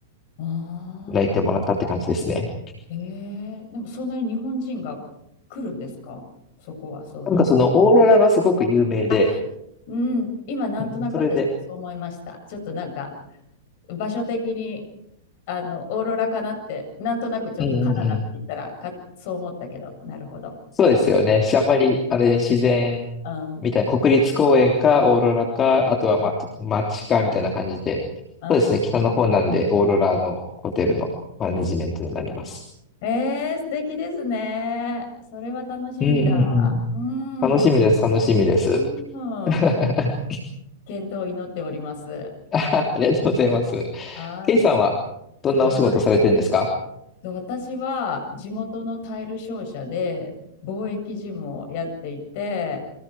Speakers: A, on the left; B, on the left.
A: あ
B: 泣いてもらったって感じですね。
A: ええ、でもそんなに日本人が来るんですかそこは、その。
B: なんかそのオーロラがすごく有名で、
A: あ、うん、今なんとなく私もそう思いました。
B: うん、それで、
A: ちょっとなんか場所的にあのオーロラかなってなんとなくちょっとカナダって言ったらかそう思ったけど、
B: うんうんうん。
A: なるほど。
B: そうですよね。
A: うん、
B: しあんまり、あれ、自然みたいな、
A: うん、
B: 国立公園か、オーロラか、あとは、
A: うん、
B: ま、街か、みたいな感じで、
A: うん。
B: そうですね。
A: あ、
B: 北の方なんで、オーロラのホテルのマネジメントになります。
A: ええ素敵ですね。それは楽しみだ。
B: うんうんうん
A: うん、
B: 楽しみです、
A: う
B: 楽しみです。
A: ん。
B: <laughs>
A: 健闘を祈っております。
B: ありがとうございます。
A: はい。
B: ケイさんはどんなお仕事されてるんですか
A: はい。と私は地元のタイル商社で貿易事務をやっていて、